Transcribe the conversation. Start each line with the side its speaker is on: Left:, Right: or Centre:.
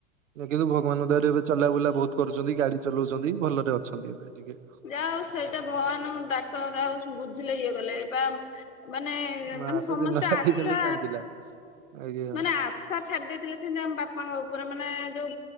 Right: କିନ୍ତୁ ଭଗବାନଙ୍କ ଦୟାରେ ଏବେ ଚଲାବୁଲା ବହୁତ କରୁଛନ୍ତି ଗାଡି ଚଲଉଛନ୍ତି ଭଲରେ ଅଛନ୍ତି ଏବେ ଟିକେ।
Left: ଯାହା ହଉ ସେଇଟା ଭଗବାନଙ୍କୁ ଡାକ ଯ ହଉ ବୁଝିଲେ ଇଏ କଲେ ବା ମାନେ
Right: ମା
Left: ମାନେ
Right: ତ
Left: ସମସ୍ତେ
Right: ଦିନ ରାତି
Left: ଆଶା
Right: ଖାଲି କାନ୍ଦିଲା ଆଜ୍ଞା
Left: ମାନେ ଆସ ଶା ଛାଡି ଦେଇଥିଲେ ସେଇଟା ଆମ ବାପାଙ୍କ ଉପରେ ମାନେ ଯୋଉ